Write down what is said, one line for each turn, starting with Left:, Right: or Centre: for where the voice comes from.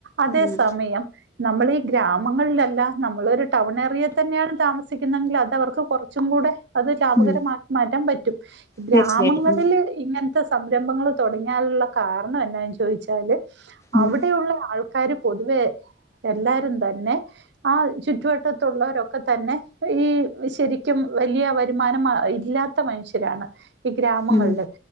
Right: അതേ
Left: ഉം
Right: സമയം നമ്മളീ ഗ്രാമങ്ങളിലല്ല, നമ്മളൊരു ടൗണേറിയെ തന്നെയാണ് താമസ് സിക്കുന്നെങ്കിൽ അതവർക്ക് കൊറച്ചും കൂടെ അത് ലാഭകരമാക്കി
Left: ഉം
Right: മാറ്റാൻ പറ്റും ഗ്രാമങ്ങളില്
Left: തീർച്ചയായിട്ടും
Right: ഇങ്ങനത്തെ സംരംഭങ്ങള് തുടങ്ങിയാലുള്ള കാരണം എന്നാന്ന് ചോദിച്ചാല്
Left: ഉം
Right: അവിടെയുള്ള ആൾക്കാര് പൊതുവെ എല്ലാരും തന്നെ ആ ചുറ്റുവട്ടത്തുള്ളവരൊക്കെ തന്നെ ഈ ശരിക്കും വലിയ വരുമാനം മ ഇല്ലാ ത്ത മനുഷ്യരാണ് ഈ ഗ്രാമങ്ങളില്
Left: ഉം